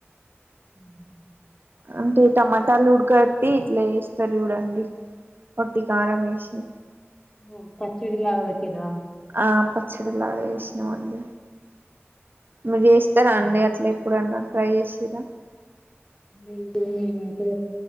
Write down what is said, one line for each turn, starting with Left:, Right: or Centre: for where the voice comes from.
Left: మ్మ్ హ్మ్
Right: అంటే టమాటాలు ఉడకబెట్టి ఇట్లా చేస్తారు చూడండి ఒట్టి కారం వేసి
Left: ఓ పచ్చడిలాగ బెట్టిర్రా
Right: ఆ పచ్చడిలాగా చేసినామండి మీరు చేస్తారా
Left: చాయ్
Right: అండి అట్లా
Left: ఇట్లాంటివి
Right: ఎప్పుడన్నా ట్రై చేసిర్రా
Left: లేదు మేమైతే